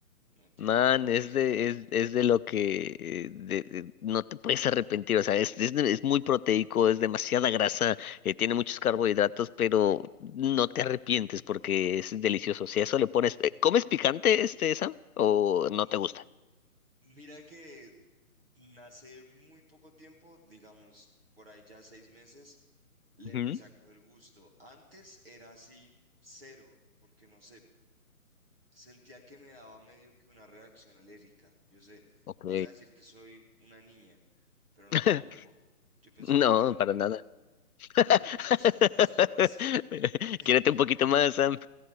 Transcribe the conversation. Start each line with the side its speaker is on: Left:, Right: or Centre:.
Right: no tiene
Left: Man,
Right: comparación.
Left: es de, es, es de lo que eh, de- de- no te puedes arrepentir, o sea, es, es, de- es muy proteico, es demasiada grasa, eh, tiene muchos carbohidratos, pero no te arrepientes porque es delicioso. Si a eso le pones, eh, ¿comes picante este, Sam? ¿O no
Right: M-
Left: te gusta?
Right: Mira que nace muy poco tiempo, digamos, por ahí ya seis meses, le
Left: Ujú.
Right: empecé a coger gusto. Antes era así cero, porque no sé, sentía que me daba medio que una reacción alérgica. Yo sé,
Left: Ok.
Right: vas a decir que soy una niña. pero no
Left: <laughs>
Right: te culpo. Yo pensaba
Left: No,
Right: lo mismo.
Left: para nada. <laughs>
Right: Lo- no sé, no sé qué pasa. <laughs>
Left: Quiérete un poquito más, Sam.